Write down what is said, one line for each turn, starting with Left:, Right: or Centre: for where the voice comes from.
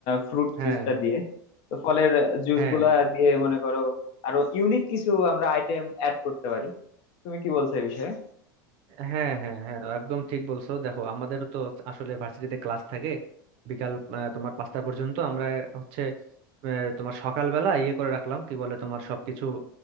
Left: ফ্রুট
Right: হ্যাঁ
Left: জুসটা দিয়ে তো ফলের জুস
Right: হ্যাঁ
Left: গুলা দিয়ে মনে করো আরো ইউনিক কিছু আমরা আইটেম অ্যাড করতে পারি তুমি কি বলছো এই বিষয়ে
Right: হ্যাঁ হ্যাঁ হ্যাঁ একদম ঠিক বলছো দেখো আমাদের তো আসলে ভার্সিটিতে ক্লাস থাকে বিকাল আহ, তোমার পাঁচটা পর্যন্ত আমরা হচ্ছে আহ, তোমার সকালবেলা ইয়ে করে রাখলাম কি বলে তোমার সবকিছু